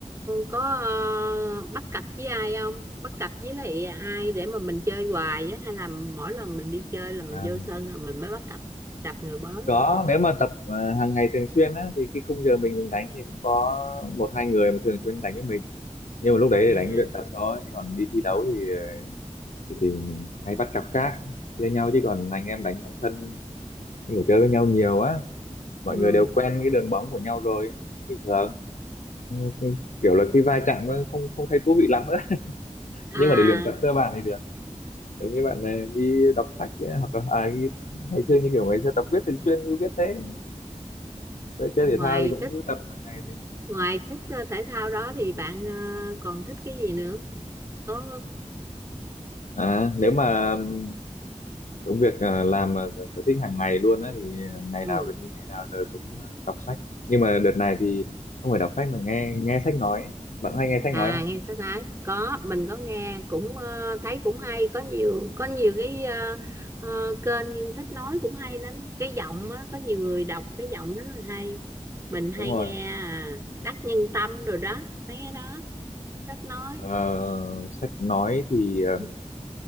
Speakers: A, on the right; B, on the left.
A: có ờ, bắt cặp với ai không bắt cặp với lại ai để mà mình chơi hoài á hay là mỗi lần mình đi chơi là mình
B: à,
A: vô sân rồi mình mới bắt cặp cặp người mới
B: có nếu mà tập ờ, hàng ngày thường xuyên á thì cái khung giờ mình mình đánh thì cũng có một hai người mà thường xuyên đánh với mình nhưng mà lúc đấy
A: à,
B: thì đánh luyện tập thôi chứ còn đi thi đấu thì ờ, thì, thì hay bắt cặp khác chia nhau chứ còn anh em đánh trong sân thì phải chơi với nhau nhiều á mọi
A: ừ.
B: người đều quen cái đường bóng của nhau rồi bình thường Ừ, ừ, kiểu là khi va chạm nó không không thấy thú vị lắm nữa <laughs>
A: à
B: nhưng mà để luyện tập cơ bản thì được giống như bạn này đi đọc sách ấy, hoặc là à, đi- ngày xưa như kiểu ngày xưa tập viết thường xuyên cứ viết thế Rồi chơi
A: ngoài
B: thể thao thì cũng
A: thích
B: cứ tập hàng ngày thế
A: ngoài thích ờ, thể thao đó thì bạn ờ, còn thích cái gì nữa có
B: à, nếu mà ừm, công việc à, làm mà sở thích hàng ngày luôn á thì ngày
A: ừ.
B: nào gần như ngày nào tớ cũng à, đọc sách nhưng mà đợt này thì không phải đọc sách mà nghe nghe sách nói bạn hay nghe sách
A: à
B: nói không
A: nghe sách nói có mình có nghe cũng ờ, thấy cũng hay có nhiều có nhiều cái ờ, ờ, kênh sách nói cũng hay lắm cái giọng á có nhiều người đọc cái giọng rất là hay mình hay
B: đúng rồi
A: nghe à, Đắc Nhân Tâm rồi đó mấy cái đó sách nói
B: Ờ, sách nói thì ờ,
A: <coughs>